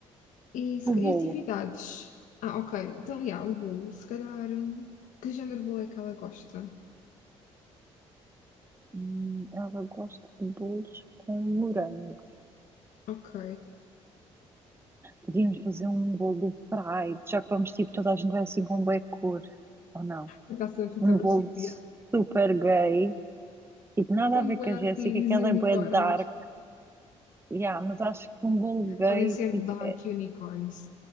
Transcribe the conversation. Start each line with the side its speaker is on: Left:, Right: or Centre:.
Left: e, se
Right: o
Left: ca-
Right: bolo.
Left: e atividades. Ah, ok, então, já, o bolo, se calhar, hum, que género de bolo é que ela gosta?
Right: Hum, ela gosta de bolos com morangos.
Left: Ok,
Right: Podíamos fazer um bolo Pride, já que vamos tipo, toda a gente vai assim com bué cor, ou não?
Left: a taça ficava
Right: Um bolo
Left: chique, já.
Right: super gay, tipo, nada
Left: com
Right: a ver
Left: bué
Right: com a
Left: arco-íris
Right: Jéssica, que ela
Left: e
Right: é
Left: unicórnios.
Right: bué dark, yeah, mas acho que um bolo gay,
Left: Podem ser
Right: tipo,
Left: dark unicorns,